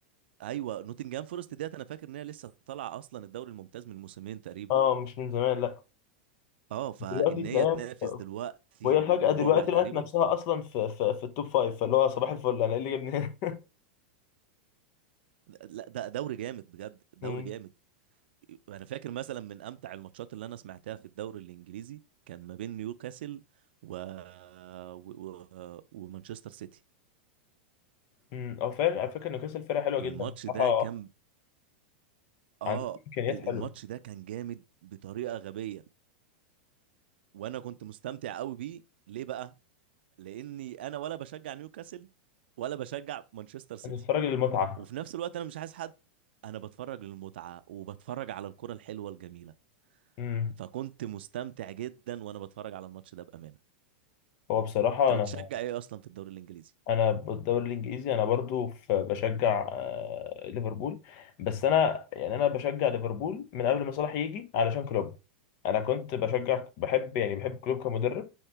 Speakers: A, on the right; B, on the left.
A: ايوه نوتنجهام فورست ديت انا فاكر ان هي لسه طالعه اصلا الدوري الممتاز من موسمين تقريبا
B: اه مش من زمان لا
A: اه فان
B: دلوقتي تلاقيها
A: هي تنافس دلوقتي
B: وهي
A: والرابع
B: فجأة دلوقتي
A: تقريبا
B: لقت نفسها أصلا في في, في التوب فايف فاللي هو صباح الفل أنا إيه اللي جابني هنا؟
A: لا ده دوري جامد بجد دوري
B: <laughs> مم.
A: جامد انا فاكر مثلا من امتع الماتشات اللي انا سمعتها في الدوري الانجليزي كان ما بين نيوكاسل و... و... و... ومانشستر سيتي
B: مم. أو فعلا على فكرة نيوكاسل فرقة حلوة
A: الماتش
B: جدا بصراحة
A: ده كان اه
B: عندها إمكانيات
A: ال-
B: حلوة
A: الماتش ده كان جامد بطريقة غبية وانا كنت مستمتع قوي بيه ليه بقى لاني انا ولا بشجع نيوكاسل ولا بشجع مانشستر سيتي
B: أنت بتتفرج للمتعة
A: وفي نفس الوقت انا مش عايز حد انا بتفرج للمتعة وبتفرج على الكرة الحلوة الجميلة
B: مم.
A: فكنت مستمتع جدا وانا بتفرج على الماتش ده بامانه
B: هو بصراحة
A: انت
B: أنا
A: بتشجع ايه اصلا في الدوري الانجليزي
B: انا بالدوري الانجليزي انا برضو في بشجع آه، ليفربول بس انا يعني انا بشجع ليفربول من قبل ما صلاح يجي علشان كلوب انا كنت بشجع بحب يعني بحب كلوب كمدرب